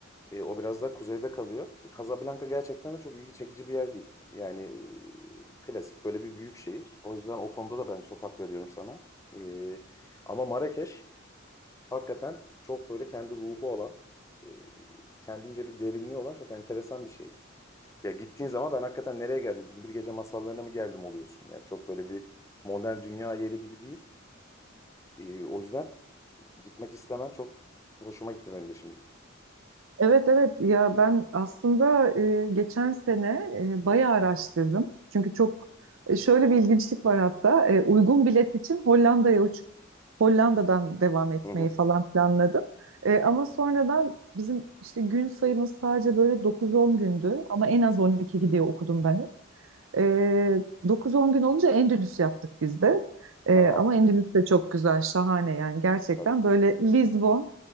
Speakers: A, on the left; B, on the right.
A: E, o biraz daha kuzeyde kalıyor. Casablanca gerçekten de çok ilgi çekici bir yer değil. Yani e, klasik böyle bir büyük şehir. O yüzden o konuda da ben çok hak veriyorum sana. E, ama Marrakeş hakikaten çok böyle kendi ruhu olan, e, kendince bir derinliği olan çok enteresan bir şehir. Ya gittiğin zaman ben hakikaten nereye geldim? Binbir Gece Masallarına mı geldim oluyorsun yani. Çok böyle bir modern dünya yeri gibi değil. E, o yüzden gitmek istemem çok hoşuma gitti benim de şimdi.
B: Evet evet ya ben aslında e, geçen sene e, bayağı araştırdım. Çünkü çok e, şöyle bir ilginçlik var hatta e, uygun bilet için Hollanda'ya uçup Hollanda'dan devam etmeyi
A: Hı hı.
B: falan planladım. E, ama sonradan bizim işte gün sayımız sadece böyle 9-10 gündü ama en az 12 gidiyor okudum ben hep. E, 9-10 gün olunca Endülüs yaptık biz de. E,
A: Aa
B: ama Endülüs de çok güzel şahane yani gerçekten
A: tabii.
B: böyle Lizbon